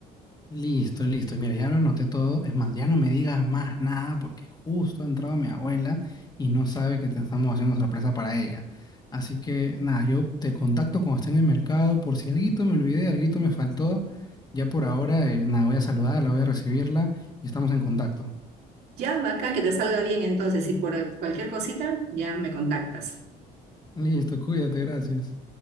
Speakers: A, on the left (about 25°); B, on the right (about 75°).
A: Listo, listo. Mira, ya lo anoté todo. Es más, ya no me digas más nada porque justo ha entrado mi abuela y no sabe que te estamos haciendo sorpresa para ella. Así que nada, yo te contacto cuando esté en el mercado por si alguito me olvidé, alguito me faltó. Ya por ahora, eh, nada, voy a saludarla, voy a recibirla y estamos en contacto.
B: Ya, bacán, que te salga bien entonces. Y por eh, cualquier cosita, ya me contactas.
A: Listo, cuídate, gracias.